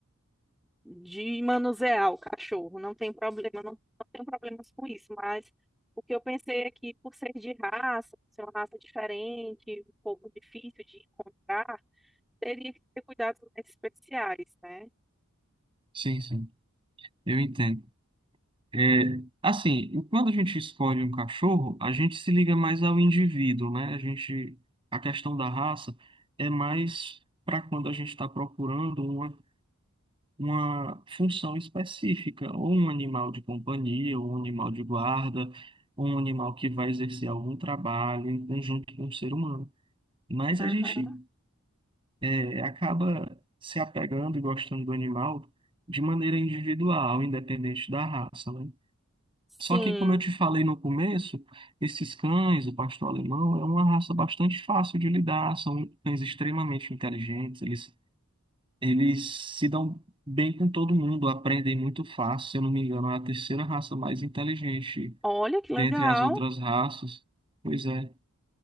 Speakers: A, in the centre; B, on the right.
A: de manusear o cachorro, não tem problema, não, não tenho problemas com isso, mas o que eu pensei é que por ser de raça, ser uma raça diferente, um pouco difícil de encontrar, teria que ter cuidados mais especiais, né?
B: Sim, sim. Eu entendo. É, assim, quando a gente escolhe um cachorro, a gente se liga mais ao indivíduo, né? A gente, a questão da raça é mais para quando a gente está procurando uma, uma função específica, ou um animal de companhia, ou um animal de guarda, ou um animal que vai exercer algum trabalho em conjunto com o ser humano. Mas
A: Aham.
B: a gente é, acaba se apegando e gostando do animal de maneira individual, independente da raça, né?
A: Sim,
B: Só que, como eu te falei no começo, esses cães, o pastor alemão, é uma raça bastante fácil de lidar, são cães extremamente inteligentes, eles, eles se dão bem com todo mundo, aprendem muito fácil, se eu não me engano, é a terceira raça mais inteligente
A: olha que legal.
B: dentre as outras raças. Pois é.